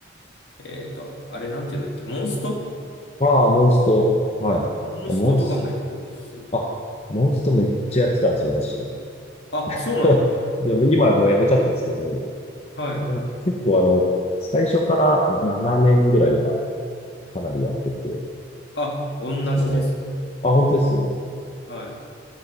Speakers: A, on the left; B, on the left.
A: う。えっと、あれ、なんていうんだっけ、モンスト
B: ああ、モンスト。はい。
A: モンストとかもやります。
B: あモンス、あ、モンストめっちゃやってたんですよ、私。
A: あ、そうなんだ。
B: <laughs> でも今はもうやめちゃったんですけど、
A: はい。
B: いや、結構あの、最初から7年ぐらいはかなりやってて、
A: あ、同じですね。
B: そう。あ、本当ですね。
A: はい。